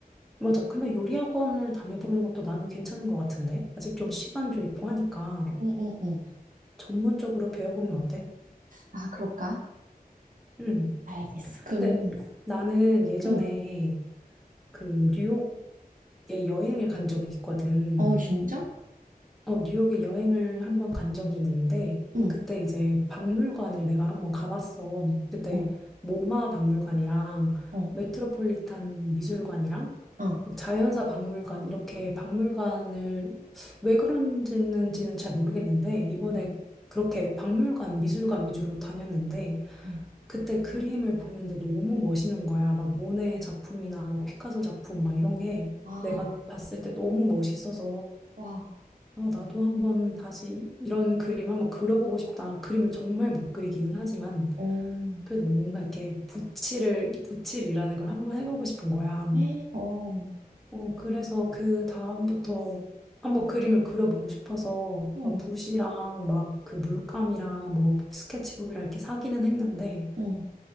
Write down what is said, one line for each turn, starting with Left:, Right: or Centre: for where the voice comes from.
Centre: 맞아. 근데 요리 학원을 다녀보는 것도 나는 괜찮은 것 같은데. 아직 좀 시간도 있고
Right: 응,
Centre: 하니까
Right: 응, 응.
Centre: 전문적으로 배워보면 어때?
Right: 아, 그럴까?
Centre: 음.
Right: 알겠어. 그럼,
Centre: 근데 나는 예전에
Right: 응.
Centre: 그 뉴욕에 여행을 간 적이 있거든.
Right: 어, 진짜?
Centre: 어, 뉴욕에 여행을 한번 간 적이 있는데
Right: 응,
Centre: 그때 이제 박물관을 내가 한번 가봤어. 그때
Right: 어,
Centre: 모마 박물관이랑
Right: 어,
Centre: 메트로폴리탄 미술관이랑
Right: 어,
Centre: 막 자연사 박물관 이렇게 박물관을 왜 그런지는 잘 모르겠는데 이번에
Right: 응,
Centre: 그렇게 박물관 미술관 위주로 다녔는데
Right: 응.
Centre: 그때 그림을 보는데 너무 멋있는 거야. 막 모네 작품이나 뭐 피카소 작품 막 이런 게
Right: 아,
Centre: 내가 봤을 때 너무 멋있어서
Right: 와,
Centre: 아, 나도 한번 다시 이런 그림 한번 그려보고 싶다. 그림을 정말 못 그리기는 하지만
Right: 어,
Centre: 그래도 뭔가 이렇게 붓질을 붓질이라는 걸 한번 해보고 싶은 거야.
Right: 에, 어,
Centre: 어, 그래서 그 다음부터 한번 그림을 그려보고 싶어서
Right: 응,
Centre: 막 붓이랑 막 그 물감이랑 뭐 스케치북이랑 이렇게 사기는 했는데
Right: 응,